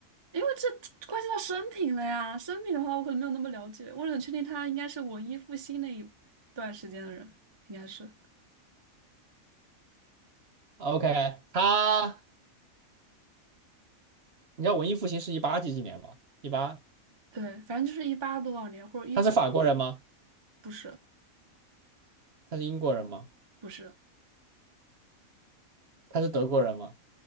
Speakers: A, on the right; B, on the right.
A: 因为这关系到生平了呀。生平的话，我可能没有那么了解，我只能确定他应该是文艺复兴那一段时间的人，应该是
B: ？OK，他，你知道文艺复兴是一八几几年吗？一八，
A: 对，反正就是一八多少年或者一九，
B: 他是法国人吗？
A: 不是
B: 他是英国人吗？
A: 不是，
B: 他是德国人吗？